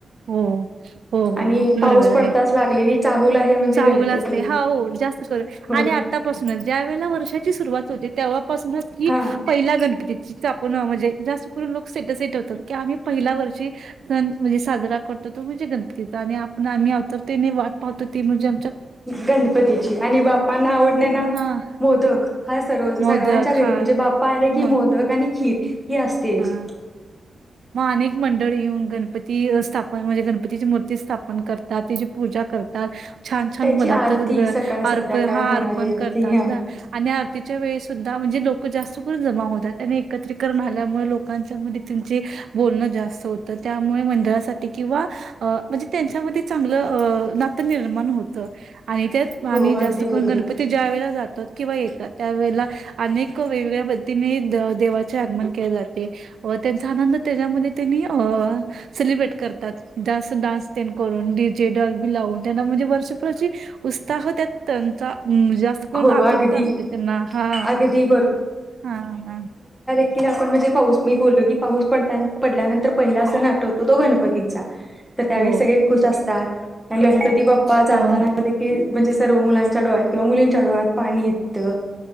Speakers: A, on the right (about 75°); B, in the centre.
A: हो हो हो
B: आणि पाऊस
A: बरोबर
B: पडताच
A: आहे.
B: लागलेली चाहूल आहे म्हणजे
A: चाहूल
B: गणपती
A: असते हा हो जास्त कर
B: हो
A: आणि आतापासूनच ज्या वळेला वर्षाची सुरुवात तेव्हा ी
B: हा
A: पहि गणपती आपणणजे करून लोक सेटटवत की आम्ही पहि वर् ची साजरा करतो तो म्हणजे गणपतीचा आणि पण आम्ही आतुरतेने वाट पाहतो ते म्हजे
B: गणपतीची आणि बाप्पांना आवडलेला
A: हा
B: मोदक हा सर्व
A: मोदक
B: सर्वांच्या घरी
A: हा
B: म्हणजे बाप्पा आले की
A: म
B: मोदक आणि खीर ही असतेच
A: हा मग अनेक मंडळ येऊन गणपती स्थापन म्हणजे गणप तिची मूर्ती स्थापन करतात तिची पूजा करतात. छान छान
B: त्याची
A: पदार्थात
B: आरती सकाळ संध्याकाळ
A: अर्पण हा
B: होणारी
A: अर्पण
B: आरती
A: करतात
B: ह
A: ना आणि आरतीच्या वेळे सुद्धा म्हणजे लोक जास्त करून जमा होतात ते एकत्रित करणार त्यामुळं लोकांच्या मध्ये त्यांच बोलणं जास्त होतं त्यामुळे मंडळासाठी किंवा म्हणजे त्यांच्यामध्ये चांगलं नातं निर्माण होत आणि त्याच पाणी
B: हो
A: जास्त
B: अगदी
A: करून
B: बरोबर
A: गणपती ज्यावेळेला जातात किंवा येतात त्यावेेळेला अनेक वेगवेगळ्या पद्धतीने देवाचे आगमन केले जाते व त्यांचा आनंद त्याच्यामध्ये त्यांनी अं सेलिब्रेट करतात डान्स ते करून डीजे डॉल बी लावून त्यांना म्हणजे वर्षभरची उस्ताह त्यात त्यांचा हम् जास्त करून
B: हो
A: आतुरता
B: अगदी
A: असते त्यांना हा
B: अगदी
A: हा
B: कि आपण म्हणजे पाऊस मी बोललो की पाऊस पड पडल्यानंतर पहिला सण आठवतो तो गणपतीचा तर त्यावेळी
A: हो
B: सगळे खुश असतात ह गणप की बप्पा
A: हो
B: जाताना देखील म्हणजे सर्व मुलांच्या डोळ्यात किंवा मुलीं डोळ्यात पाणी येतं.